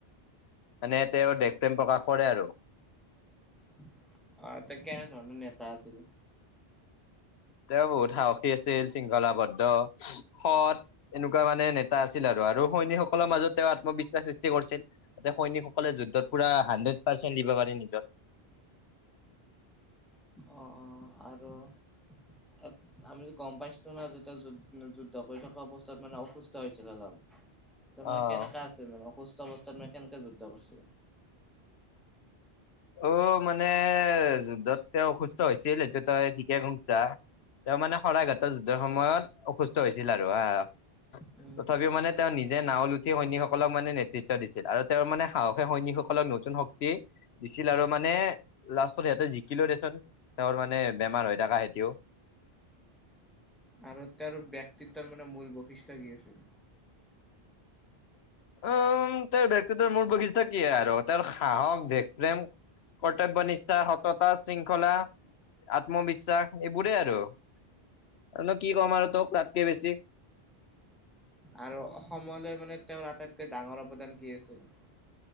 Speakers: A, on the left; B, in the centre.
A: মানে তেওঁ দেশ প্ৰেম প্ৰকাশ কৰে আৰু।
B: অ', তেওঁ কেনেধৰণৰ নেতা আছিল?
A: তেওঁ বহুত সাহসী আছিল, শৃংখলাবদ্ধ, সৎ। এনেকুৱা মানে নেতা আছিল আৰু আৰু সৈনিকসকলৰ মাজত তেওঁ আত্মবিশ্বাস সৃষ্টি কৰিছিল। যাতে সৈনিকসকলে যুদ্ধত পুৰা হাড্ৰেড পাৰ্চেণ্ট দিব পাৰে নিজৰ।
B: অ' অ' আৰু <inaudible> আমিতো গম পাইছিলো ন', যেতিয়া যু-যুদ্ধ কৰি থকা অৱস্থাত মানে অসুস্থ হৈছিল অলপ। তোৰ মানে
A: অ
B: কেনেকা আছিল মানে, অসুস্থ অৱস্থাত মানে কেনেকে যুদ্ধ কৰিছিল?
A: অ', মানে যুদ্ধত তেওঁ অসুস্থ হৈছিল, সেইটো তই ঠিকে শুনছা। তেওঁ মানে শৰাইঘাটৰ যুদ্ধৰ সময়ত অসুস্থ হৈছিল আৰু হা,
B: উম,
A: তথাপিও মানে তেওঁ নিজে নাও লৈ উঠি সৈনিকসকলক মানে নেতৃত্ব দিছিল আৰু তেওঁৰ মানে সাহসে সৈনিকসকলক নতুন শক্তি দিছিল আৰু মানে, লাষ্টত সিহঁতে জিকিলো দেচোন, তেওঁৰ মানে বেমাৰ হৈ থাকা হেতিও।
B: আৰু তেওঁৰ ব্যক্তিত্বৰ মানে মূল বৈশিষ্ট কি আছিল?
A: উম', তেওঁৰ ব্যক্তিতৰ মূল বৈশিষ্ট্য কি আৰু তেওঁৰ সাহস দেশ প্ৰেম। কৰ্তব্য নিষ্ঠা, সততা, শৃংখলা। আত্মবিশ্বাস এইবোৰেই আৰু আৰু নো কি কম আৰু তোক তাতকে বেছি।
B: আৰু অসমলৈ মানে তেওঁৰ আটাইতকৈ ডাঙৰ অৱদান কি আছিল?